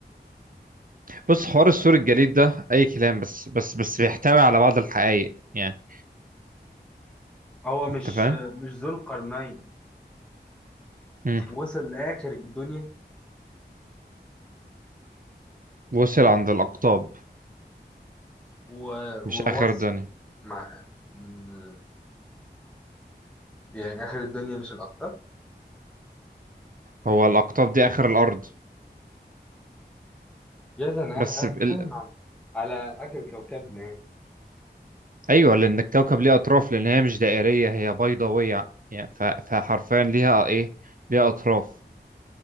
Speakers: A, on the right; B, in the centre.
A: بص حوار السور الجليد ده اي كلام بس بس بس بيحتوي على بعض الحقائق يعني
B: هو
A: انت
B: مش
A: فاهم
B: مش ذو القرنين
A: امم
B: وصل لاخر الدنيا
A: وصل عند الاقطاب
B: و- ووصل
A: مش اخر الدنيا
B: مع م- يعني اخر الدنيا مش الاكتر
A: هو الاقطاب دي اخر الارض
B: جاز انا أه-
A: بس
B: أه-
A: ب-
B: هتكلم
A: ال...
B: عن على اخر كوكبنا يعني
A: ايوه لان الكوكب ليه اطراف لان هي مش دائرية هي بيضاوية يعني ف... فحرفيا ليها ايه ليها اطراف